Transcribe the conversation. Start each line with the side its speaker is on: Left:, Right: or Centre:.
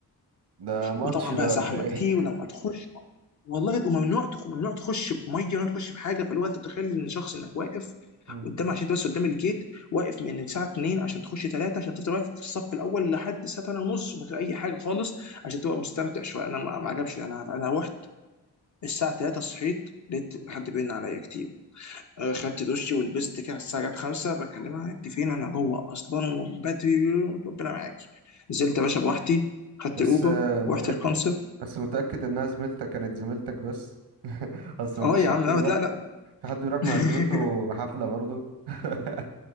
Right: ده ماتش
Left: وطبعا
Right: ده
Left: بقى زحمه
Right: ولا ايه
Left: كتير ولما تخش والله بيبقى ممنوع تخ... ممنوع تخش بميه ممنوع تخش بحاجه فاللي هو انت بتخيل ان شخص انك واقف
Right: <laughs> مم.
Left: قدام عشان بس قدام الجيت واقف من الساعه 2 عشان تخش 3 عشان تفضل واقف في الصف الاول لحد الساعه 8 ونص من غير اي حاجه خالص عشان تبقى مستمتع شويه انا ما ما عجبش انا انا رحت الساعه 3 صحيت لقيت حد بيرن عليا كتير آه، خدت دشي ولبست كده على الساعه جت 5 بكلمها انت فين انا جوه اصلا ومن بدري ربنا معاكي نزلت يا باشا بوحدي خدت
Right: بس
Left: الاوبر
Right: آه، متاكد
Left: رحت الكونسرت
Right: بس متاكد انها زميلتك كانت زميلتك بس <laughs> اصل ما
Left: اه
Right: فيش
Left: يا
Right: حد
Left: عم
Right: بيروح
Left: لا لا لا
Right: في حد بيروح
Left: <laughs>
Right: مع زميلته حفله برضه <laughs>